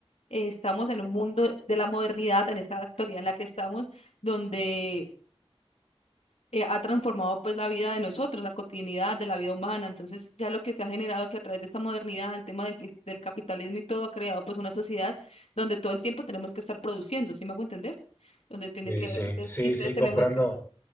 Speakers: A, on the left; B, on the left.
A: eh, Estamos en un mundo de la modernidad, en esta actualidad en la que estamos, donde eh, ha transformado pues la vida de nosotros, la cotidianidad de la vida humana. Entonces, ya lo que se ha generado que a través de esta modernidad, el tema del, del capitalismo y todo ha creado pues una sociedad donde todo el tiempo tenemos que estar produciendo, ¿sí me hago entender? Donde tiene
B: Sí,
A: que, entonces,
B: sí, sí,
A: y entonces
B: sí,
A: tenemos
B: comprendo.
A: que,